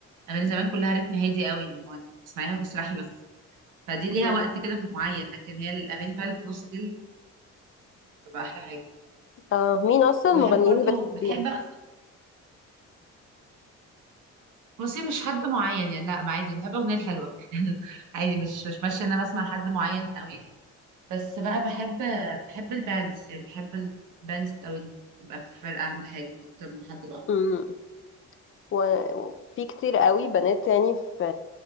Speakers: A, on the right (about 85°); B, on the left (about 45°).
A: اغاني زمان كلها رتم هادي قوي اللي هو انت بتسمعيها وتسرحي بس فدي ليها
B: مم.
A: وقت كده معين لكن هي الاغاني فعلا في النص دي اللي بتبقى احلى حاجه
B: اه مين اصلا
A: وبحب
B: المغنيين
A: برضو
B: اللي بتحبيهم
A: بتحب أصلاً- بصي مش حد معين يعني لا ما عادي بحب الاغنيه الحلوه <laughs> عادي مش مش ماشيه ان انا بسمع حد معين قوي بس بقى بحب بحب الباندز يعني بحب الباندز قوي تبقى في فرقه عند حاجه اكتر من حد لوحده
B: ايوه و- وفي كتير قوي بنات يعني في